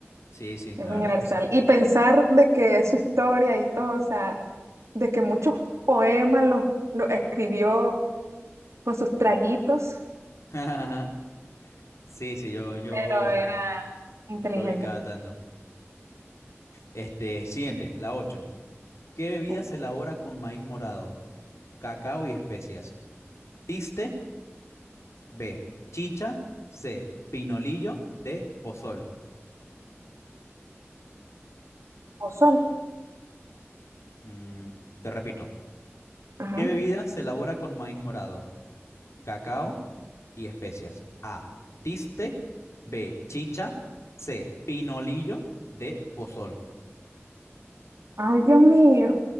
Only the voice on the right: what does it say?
es
universal.
Y pensar de que su historia y todo, o sea, de que muchos poemas los, los escribió con sus traguitos
pero era inteligente.
Ok.
O sol.
Ajá.
Ay, Dios mío.